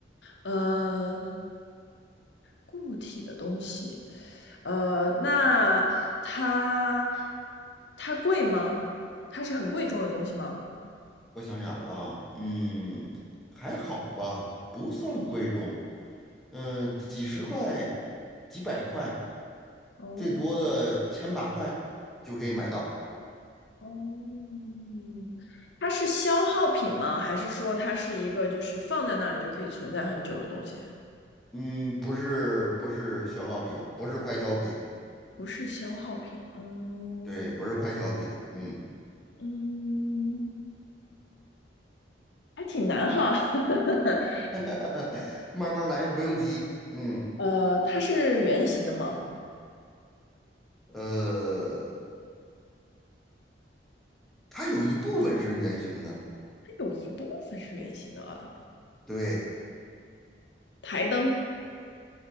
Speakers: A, on the left; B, in the centre.
A: 呃，固体的东西。呃，那它它贵吗？它是很贵重的东西吗？
B: 我想想啊，嗯，还好吧，不算贵重。嗯，几十块、几百块，
A: 哦
B: 最多的千把块就可以买到。
A: 哦，嗯它是消耗品吗？还是说它是一个就是放在那里就可以存在很久的东西？
B: 嗯，不是不是消耗品，不是快消品，
A: 不是消耗品，嗯
B: 对，不是快消品。嗯。
A: 嗯，还挺难哈。<laughs>
B: <laughs> 慢慢来，不用急。嗯，
A: 呃，它是圆形的吗？
B: 呃，它有一部分是圆形的，
A: 它有一部分是圆形的啊。
B: 对，
A: 台灯